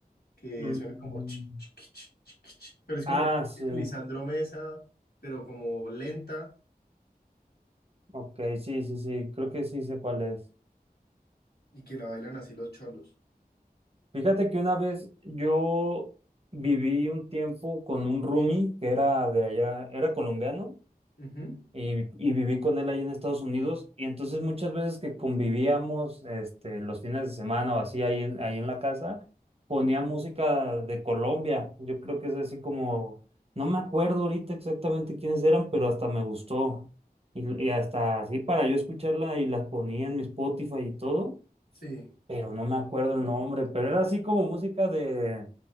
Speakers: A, on the left (about 80°); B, on the right (about 40°).
A: que
B: Mm.
A: suena como chi, chi, chi, chi, chi, chi, chi, pero es como
B: Ah, sí.
A: es Lisandro Mesa, pero como lenta
B: Ok, sí, sí, sí. Creo que sí sé cuál es.
A: y que la bailan así los cholos.
B: Fíjate que una vez yo viví un tiempo con un roomie que era de allá, era colombiano
A: Ujú,
B: y, y viví con él allá en Estados Unidos y entonces muchas veces que convivíamos este, los fines de semana o así ahí en, ahí en la casa, ponía música de Colombia. Yo creo que es así como, no me acuerdo ahorita exactamente quiénes eran, pero hasta me gustó y, y hasta así para yo escucharla y las ponía en mi Spotify y todo
A: Sí,
B: pero no me acuerdo el nombre, pero era así como música de,